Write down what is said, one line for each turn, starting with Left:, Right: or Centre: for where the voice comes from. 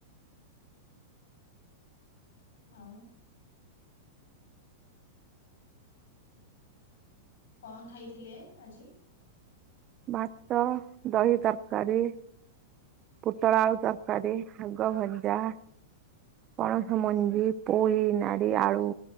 Left: ଆଉ କଣ ଖାଇଥିଲେ ଆଜି
Right: ଭାତ ଦହି ତରକାରୀ ପୋତଳା ଆଉ ତରକାରୀ ଆଗ ଭଜା ପଣସ ମଞ୍ଜି ପୋୋଇ ନାର ଆଳୁ